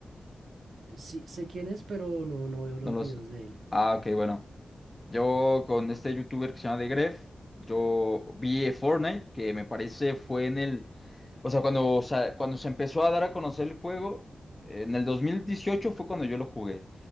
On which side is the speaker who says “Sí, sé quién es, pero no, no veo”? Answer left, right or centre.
Right